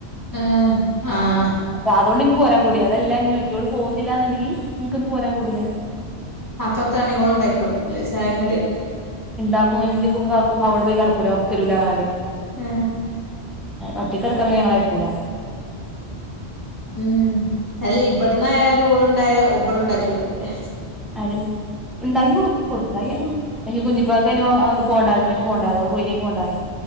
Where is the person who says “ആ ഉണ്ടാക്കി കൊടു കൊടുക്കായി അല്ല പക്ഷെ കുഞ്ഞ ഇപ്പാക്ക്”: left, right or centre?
Centre